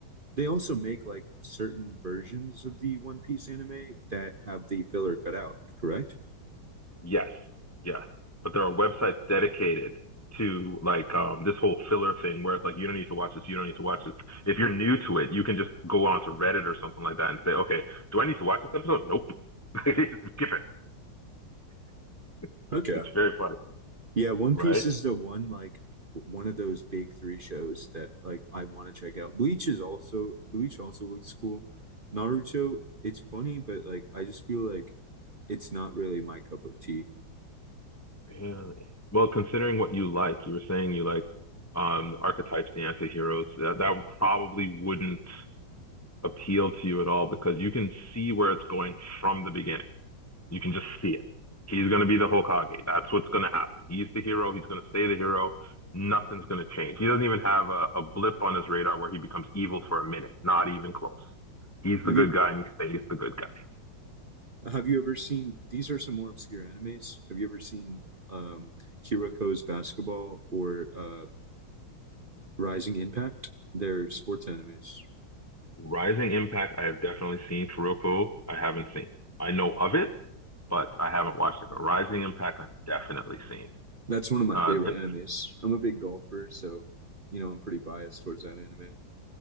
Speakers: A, on the right; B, on the left.
A: they also make like certain versions of the One Piece anime that have the filler cut out, correct?
B: Yes. Yeah. But there are websites dedicated to like um, this whole filler thing where it's like you don't need to watch this, you don't need to watch this. If you're new to it, you can just go on to Reddit or something like that and say, okay, do I need to watch this episode? Nope, <laughs> skip it. <laughs>
A: Okay.
B: it's very funny.
A: Yeah, One
B: Right?
A: Piece is the one like one of those big three shows that like I want to check out. Bleach is also Bleach also looks cool. Naruto, it's funny, but like I just feel like it's not really my cup of tea.
B: Really? Well, considering what you like, you were saying you like um the archetypes, the anti-heroes, that, that probably wouldn't appeal to you at all because you can see where it's going from the beginning. You can just see it. He's going to be the Hokage. That's what's going to happen. He's the hero. He's going to stay the hero. Nothing's going to change. He doesn't even have a, a blip on his radar where he becomes evil for a minute. Not even close. He's the
A: Have
B: good
A: you
B: guy and he stays the good guy.
A: have you ever seen these are some more obscure animes? Have you ever seen um Kiriko's Basketball or uh Rising Impact? They're sports animes.
B: Rising Impact, I have definitely seen. Kuroko, I haven't seen. I know of it, but I haven't watched it. But Rising Impact, I've definitely seen.
A: That's one of my
B: Uh,
A: favorite
B: th-
A: animes. I'm a big golfer, so you know, I'm pretty biased towards that anime.